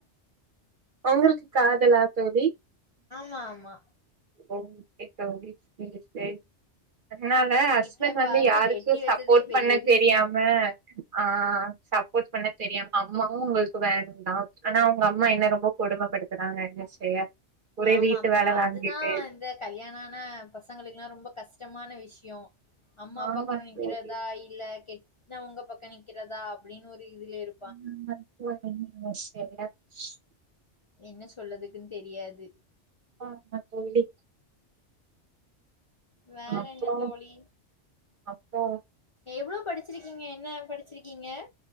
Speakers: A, on the right; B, on the left.
A: உங்களுக்கு காதலா தோழி
B: ஆமா ஆமா
A: ஓகே தோழி சேரி சேரி அதனால ஹஸ்பண்ட்
B: வீட்ல
A: வந்து
B: பாத்து
A: யாருக்கு
B: கெட்டி வச்சதே
A: சப்போர்ட்
B: பெரிய
A: பண்ண
B: விஷ்யோ
A: தெரியாம ஆ சப்போட் பண்ண தெரியாம அம்மாவு உங்களுக்கு வேண்டா ஆனா அவங்க அம்மா என்ன ரொம்ப கொடும்மப்படுத்துறாங்க என்ன செய்ய ஒரே
B: ஆமாபா
A: வீட்டு வேல வாங்கிட்டு
B: அதுதா இந்த கல்யாணோ ஆன பசங்களுக்குல்லா ரொம்ப கஷ்டமான விஷ்யோ அம்மா
A: ஆமா
B: பக்கோ நிக்கறதா
A: தோழி
B: இல்ல கெட்டவங்க பக்கோ நிக்கறதா அப்டின்னு ஒரு இதுலே இரு
A: <unintelligible>
B: என்ன சொல்லதுக்குன்னு தெரியாது
A: ஆ ஆமா தோழி
B: வேற
A: அப்றோ
B: என்ன தோழி
A: அப்றோ
B: எவ்ளோ படிச்சிருக்கீங்க என்ன படிச்சிருக்கீங்க